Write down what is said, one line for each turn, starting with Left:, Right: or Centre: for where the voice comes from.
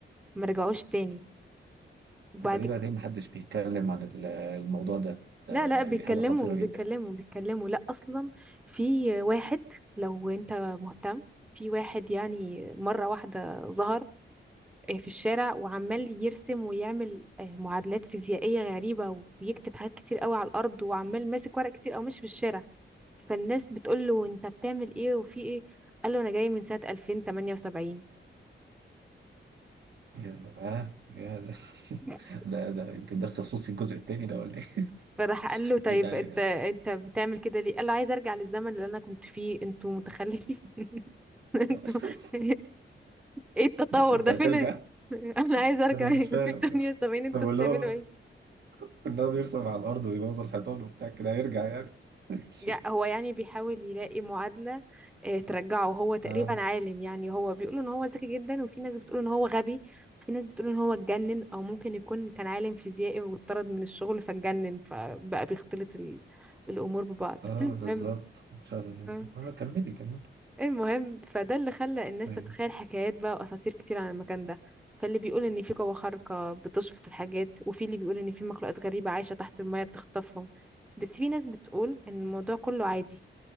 Centre: ما رجعوش تاني وبعد
Right: غريبة
Centre: ك-
Right: ليه محدش بيتكلم عن ال- الموضوع ده ده
Centre: لا لا
Right: يعني
Centre: بيتكلموا
Right: دي حاجة خطيرة جدا
Centre: بيتكلموا بيتكلموا لا أصلا في واحد لو انت مهتم في واحد يعني مرة واحدة ظهر آه، في الشارع وعمال يرسم ويعمل آه، معادلات فيزيائية غريبة ويكتب حاجات كتير قوي على الأرض وعمال ماسك ورق كتير أو ماشي في الشارع فالناس بتقول له أنت بتعمل إيه وفي إيه قال له أنا جاي من سنة 2078
Right: يا ده <laughs> آه يا ده
Centre: <laughs>
Right: <laughs> ده ده يمكن ده خصوصي الجزء التاني ده ولا ايه
Centre: فراح قال
Right: <laughs>
Centre: له طيب
Right: مش عارف
Centre: أنت أنت بتعمل كده ليه قال له عايز أرجع للزمن اللي أنا كنت فيه أنتوا متخلفين <laughs> أنتوا
Right: <laughs>
Centre: <laughs> إيه التطور
Right: انت
Centre: ده
Right: هترجع
Centre: فين <laughs> أنا عايز أرجع
Right: انا
Centre: في
Right: مش فاهم
Centre: 78 أنتوا
Right: طب
Centre: بتعملوا
Right: اللي هو
Centre: إيه؟"
Right: ان هو بيرسم على الارض ويبوظ الحيطان وبتاع كده هيرجع يعني <laughs> ماشي
Centre: يع- هو يعني بيحاول يلاقي معادلة آه، ترجعه هو تقريبا
Right: اه
Centre: عالم يعني هو بيقولوا ان هو ذكي جدا وفي ناس بتقول ان هو غبي وفي ناس بتقول ان هو اتجنن او ممكن يكون كان عالم فيزيائي واتطرد من الشغل فاتجنن فبقى بيختلط ال... الامور ببعض
Right: اه
Centre: المهم
Right: بالظبط ان شاء الله
Centre: آه،
Right: اه كملي كملي
Centre: المهم فده اللي خلى الناس
Right: ايوه
Centre: تتخيل حكايات بقى واساطير كتير عن المكان ده فاللي بيقول ان في قوة خارقة بتشفط الحاجات وفي اللي بيقول ان في مخلوقات غريبة عايشة تحت المية بتخطفهم بس في ناس بتقول ان الموضوع كله عادي